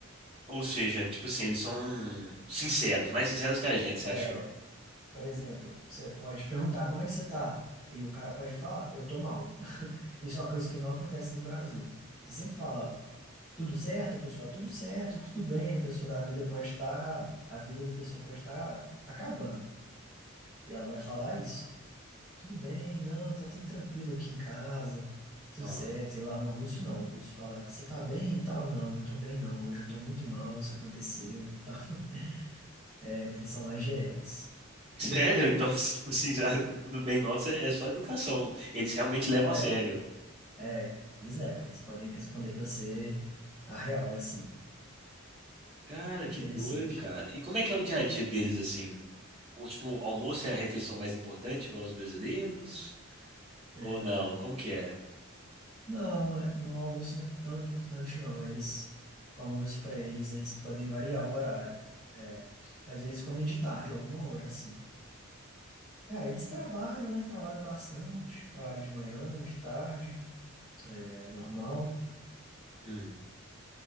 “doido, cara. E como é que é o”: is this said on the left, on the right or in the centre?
Right